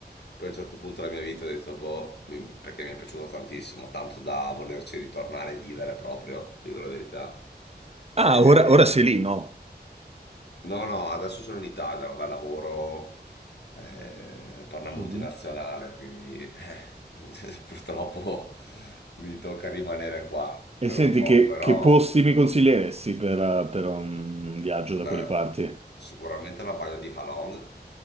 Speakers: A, on the left; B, on the right.
A: poi a un certo punto della mia vita ho detto, boh, mi- perché mi è piaciuto tantissimo, tanto da volerci ritornare e vivere proprio, dico la verità. E-
B: Ah, ora, ora sei lì, no?
A: No, no, adesso sono in Italia, vabbè, lavoro eh, per una multinazionale,
B: Mhm.
A: quindi eh, <laughs> purtroppo mi tocca rimanere qua
B: E
A: per
B: senti,
A: un po',
B: che,
A: però
B: che posti mi consiglieresti per, eh, per un viaggio
A: beh,
B: da quelle parti?
A: sicuramente la baia di Halong.